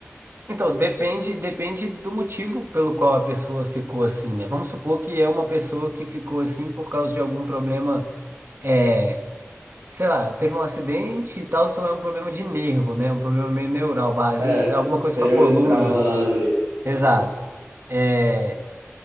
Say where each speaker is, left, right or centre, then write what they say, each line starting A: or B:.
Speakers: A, on the right (about 50°); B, on the right (about 70°).
A: Então, depende, depende do motivo pelo qual a pessoa ficou assim, né? Vamos supor que é uma pessoa que ficou assim por causa de algum problema é, sei lá, teve um acidente e tal, então é um problema de nervo, né? Um problema meio neural, ba- às
B: É,
A: vezes alguma coisa
B: teve
A: com a coluna.
B: um trauma lá no nervo.
A: Exato.
B: Aham.
A: É,